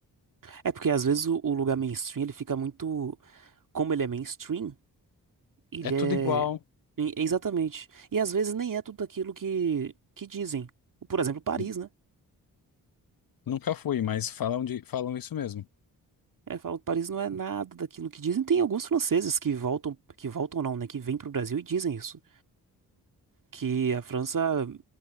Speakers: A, on the right; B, on the left.
A: É porque às vezes o, o lugar mainstream ele fica muito. Como ele é mainstream, ele
B: É tudo
A: é.
B: igual.
A: e- Exatamente. E às vezes nem é tudo aquilo que, que dizem. Por exemplo, Paris,
B: N-
A: né?
B: Nunca fui, mas falam de, falam isso mesmo.
A: É, falam que Paris não é nada daquilo que dizem. Tem alguns franceses que voltam, que voltam não, né? Que vêm pro Brasil e dizem isso. Que a França